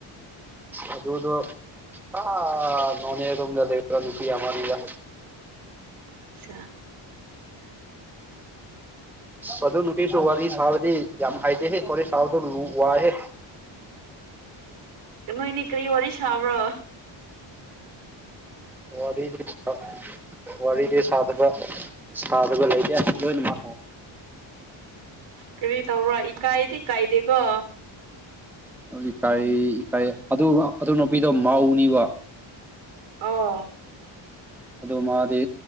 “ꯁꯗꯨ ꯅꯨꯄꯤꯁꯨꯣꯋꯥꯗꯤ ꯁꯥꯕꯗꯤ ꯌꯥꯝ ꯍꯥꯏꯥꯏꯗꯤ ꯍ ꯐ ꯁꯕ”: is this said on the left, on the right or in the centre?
Centre